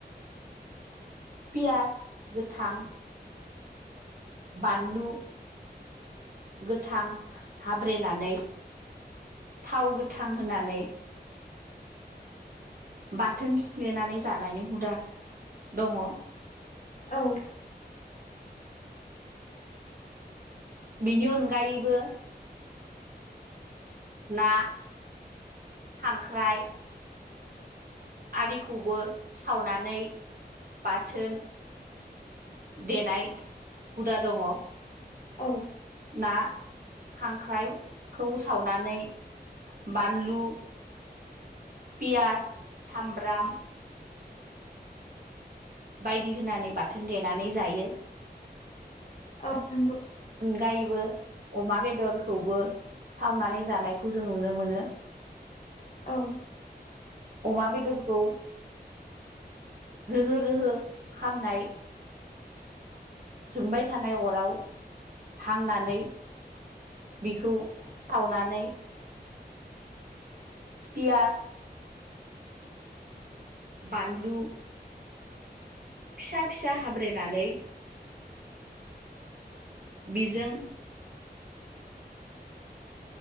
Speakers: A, on the right; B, on the left.
A: पियास गोथां बानलु गोथां हाब्रेनानै थाव गोथां होनानै बाथोन सिफ्लेनानै जानायनि हुदा दङ।
B: औ
A: बेनि अनगायैबो ना खांख्राइ आरिखौबो सावनानै बाथोन देनाय हुदा दङ।
B: औ
A: ना खांख्राइखौ सावनानै बानलु पियास सामब्राम बायदि होनानै बाथोन देनानै जायो।
B: औ नोंगौ।
A: गायबो अमा बेदरखौबो सावनानै जानायखौ जों नुनो मोनो।
B: औ
A: अमा बेदरखौ रोहो रोहो खामनाय जोंबाय थानाय अराव हांनानै बिखौ सावनानै पियास बानलु फिसा फिसा हाब्रेनानै बिजों